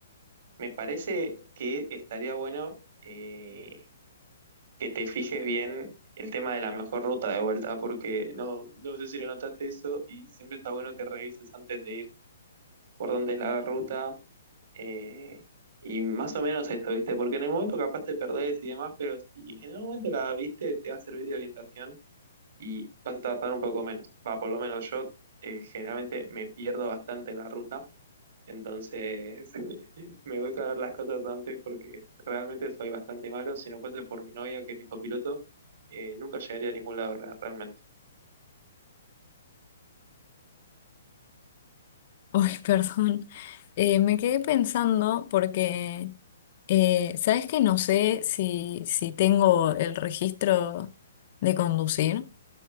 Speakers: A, on the right; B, on the left.
A: Me parece que estaría bueno eh, que te fijes bien el tema de la mejor ruta de vuelta, porque no, no sé si lo notaste eso y siempre está bueno que revises antes de ir por dónde es la ruta eh, y más o menos esto, ¿viste? Porque en el momento capaz te perdés y demás, pero si en el momento la viste, te va a servir de orientación y vas a tardar un poco menos. Va, por lo menos yo eh, generalmente me pierdo bastante en la ruta. Entonces, <laughs> me gusta ver las cosas antes porque realmente soy bastante malo. Si no fuese por mi novia, que es mi copiloto, eh, nunca llegaría a ningún lado re- realmente.
B: <laughs> Uy, perdón. Eh, me quedé pensando porque, eh, ¿sabes que No sé si, si tengo el registro de conducir.